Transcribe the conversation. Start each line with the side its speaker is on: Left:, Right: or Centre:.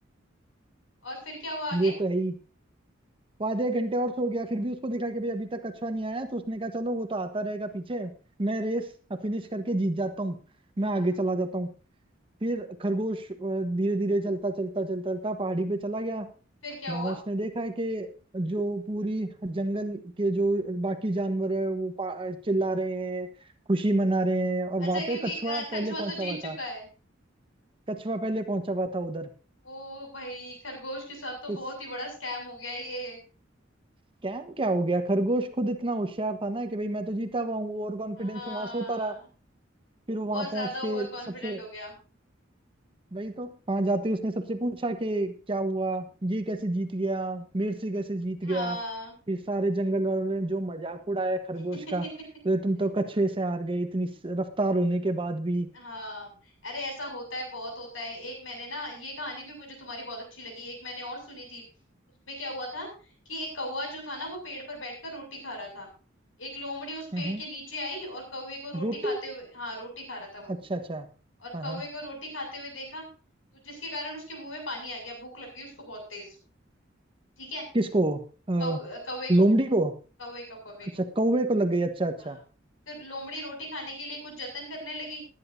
Left: और फिर क्या
Right: <laughs>
Left: हुआ आगे
Right: ये तो है ही वो आधे एक घंटे और सो गया फिर भी उसको दिखा कि भाई अभी तक कछुआ नहीं आया तो उसने कहा चलो वो तो आता रहेगा पीछे मैं रेस फिनिश करके जीत जाता हूँ मैं आगे
Left: हाँ
Right: चला जाता हूँ फिर खरगोश धीरे धीरे चलता चलता चलता चलता पहाड़ी पे चला गया
Left: फिर क्या
Right: वहां
Left: हुआ
Right: उसने देखा है कि जो पूरी जंगल के जो बाकी जानवर है वो पा- चिल्ला रहे हैं खुशी मना रहे हैं और
Left: अच्छा
Right: वहां
Left: क्योंकि
Right: पे कछुआ
Left: अ,
Right: पहले
Left: कछुआ
Right: पहुंचा
Left: तो जीत
Right: हुआ था
Left: चुका है
Right: कछुआ पहले पहुंचा हुआ था उधर
Left: ओ भाई खरगोश के साथ तो
Right: तो
Left: बहुत ही बड़ा स्कैम हो गया ये
Right: स्कैम क्या हो गया खरगोश खुद इतना होशियार था ना कि भाई मैं तो जीता हुआ हूँ और कॉन्फिडेंस
Left: हाँ
Right: में वहां सोता रहा फिर वो वहां
Left: बहुत ज्यादा
Right: पहुंच
Left: ओवर
Right: के
Left: कॉन्फिडेंट
Right: सबसे
Left: हो गया
Right: वही तो वहां जाते ही उसने सबसे पूछा कि क्या हुआ ये कैसे जीत गया मेरे से कैसे जीत
Left: हाँ
Right: गया फिर सारे जंगल वालों ने जो मजाक उड़ाया खरगोश
Left: <laughs>
Right: का बोले तुम तो कछुए से हार गए इतनी स- रफ्तार होने के बाद भी
Left: हाँ अरे ऐसा होता है बहुत होता है एक मैंने ना ये कहानी भी मुझे तुम्हारी बहुत अच्छी लगी एक मैंने और सुनी थी उसमें क्या हुआ था कि एक कौवा जो था ना वो पेड़ पर बैठकर रोटी खा रहा था एक लोमड़ी उस पेड़
Right: हम्म
Left: के नीचे आई और कौवे को रोटी
Right: रोटी
Left: खाते हुए हाँ रोटी खा रहा था वो
Right: अच्छा अच्छा
Left: और
Right: हाँ
Left: कौवे
Right: हाँ
Left: को रोटी खाते हुए देखा तो जिसके कारण उसके मुंह में पानी आ गया भूख लग गई उसको बहुत तेज ठीक है
Right: किसको अ,
Left: कौ, कौवे को
Right: लोमड़ी को
Left: कौवे को कौवे को
Right: अच्छा कौवे को लग गई अच्छा अच्छा
Left: हाँ फिर लोमड़ी रोटी खाने के लिए कुछ जतन करने लगी